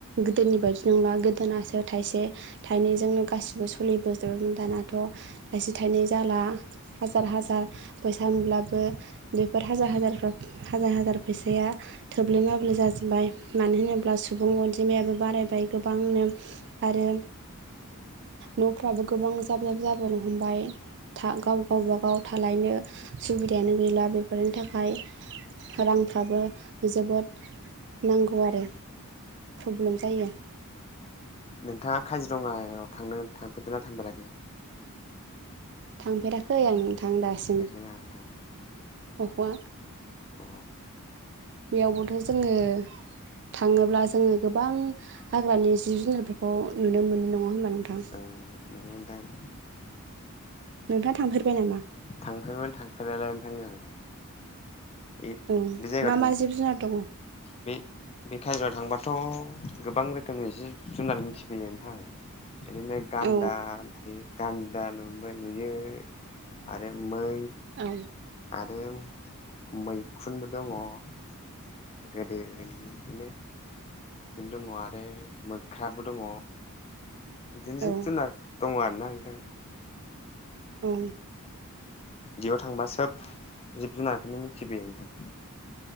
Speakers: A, on the right; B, on the left.
A: गोदोनि बायदि नंला गोदोनासो थाइसे थाइनैजोंनो गासिबो सलि बोजोबोमोन दानाथ' थाइसे थाइनै जाला हाजार हाजार फैसा मोनब्लाबो बेफोर हाजार हाजार हाजार हाजार फैसाया थोब्ले माब्ले जाजोबबाय। मानो होनोब्ला सुबुं अनजिमायाबो बारायबाय गोबांनो आरो न'फ्राबो गोबां जाब जाब जाबोनो हमबाय था गाव गावबागाव थालायनो सुबिदायानो गैला बे फोरनि थाखाय रांफ्राबो जोबोद नांगौ आरो प्रब्लेम जायो
B: नोंथाङा काजिरङा' थांनो थांफेरदों ना थांफेराखै?
A: थांफेराखै आं नोंथां दासिम
B: थांफेराखै ना नोंथां
A: बखवा
B: अ
A: बेयावबोथ' जोङो थाङोब्ला जोङो गोबां हाग्रानि जिब जुनारफोरखौ नुनो मोनो नङा होमबा नोंथां?
B: ओं नंगौ नोंथां।
A: नोंथाङा थांफेरबाय नामा?
B: थांफेरमोन थांफेरनायालाय नोंथां ओं ए
A: ओं
B: बे जायगायाव
A: मा
B: थां
A: मा जिब जुनार दं
B: बे बे काजिरयाव थांबाथ' गोबां रोखोमनि जिब जुनार मिथिफैयो नोंथां इदिनो गान्दा
A: औ
B: थायो गान्दा नुबाय नुयो आरो मै
A: औ
B: आरो मैखुनबो दङ ' गोदोनि इदिनोनो <unintelligible> दङ' आरो मोख्राबो दङ' बिदिनो
A: औ
B: जिब जुनार दङ आरोना नोंथां।
A: औ।
B: बेयाव थांबा सोब जिब जुनारखौनो मिथिबोयो नोंथां।